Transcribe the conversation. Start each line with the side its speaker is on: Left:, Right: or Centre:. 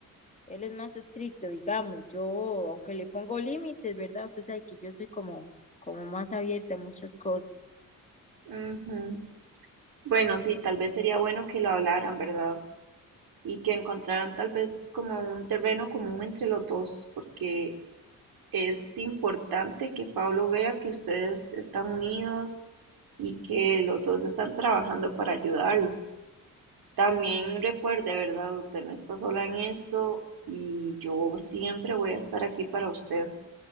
Left: Él es más estricto, digamos. Yo, aunque le pongo límites, ¿verdad? Usted sabe que yo soy como, como más abierta a muchas cosas.
Right: Ujú. Bueno, sí, tal vez sería bueno que lo hablaran, ¿verdad? Y que encontraran tal vez como un terreno común entre los dos, porque es importante que Pablo vea que ustedes están unidos y que los dos están trabajando para ayudarlo. También recuerde, ¿verdad? Usted no está sola en esto y yo siempre voy a estar aquí para usted.